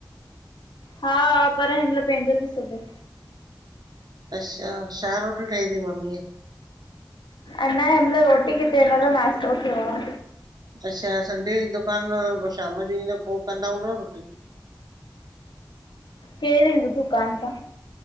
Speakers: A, on the left; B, on the right.
A: हा पर हिन महिल पंहिंजो ती सुबे।
B: अच्छा, छा रोटियूं ठाहियूं तईं मम्मीअ?
A: अना हिनमल रोटी किथे, अञां त नाश्तो थियो आ।
B: अच्छा, संडे ॾीहुं दुकानु पोइ शाम जो ईंदो पोइ कंदा हूंदव न रोटी।
A: केरु ईंदो दुकान तां?